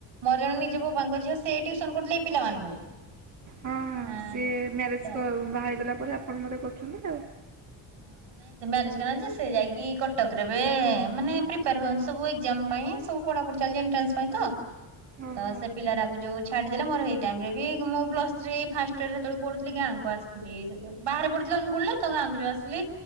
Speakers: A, on the right; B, on the right.
A: ମୋର ଜଣେ ନିଜ ବବାଙ୍କ ଝିଅ ସେ ଟିଉସନ କରୁଥୁଲେ ଏଇ ପିଲାମାନଙ୍କୁ।
B: ହଁ ହଁ
A: ହଁ
B: ସିଏ ମ୍ୟାରେଜ
A: ତ
B: କ ବାହାହେଇ ଗଲାପରେ ଆ ପଣ ବୋଧେ କରୁଚନ୍ତି ଆଉ।
A: ହଁ ନାଇଁ ସେ ମ୍ୟାରେଜ କରିନାହାନ୍ତି ଯେ ସେ ଯାଇକି କଟକରେ ଏବେ ମାନେ ପ୍ରିପାର ହୁଅନ୍ତି ସବୁ ଏଗ୍ଜାମ୍ ପାଇଁ ସବୁ ପଢ଼ାପୁଢ଼ି ଚାଲିଚି ଏଣ୍ଟ୍ରାନ୍ସ ପାଇଁ ତ।
B: ଓହୋ
A: ତ ସେ ପିଲାରାକୁ ଯୋଉ ଛାଡ଼ିଦେଲେ ମୋର ହେଇ ଟାଇମରେ ବି ମୁଁ ପ୍ଲସ୍ ଥ୍ରୀ ଫାଷ୍ଟ ଇୟରରେ ସେତୋଳୁ ପଢୁଥିଲି ଗାଁକୁ ଆସିଥିଲି ସେ ବାହାରେ ପଢୁଥିଲି ଅନୁଗୁଳରେ ତ ଗାଁକୁ ଯୋଉ ଆସ୍ ଥିଲି।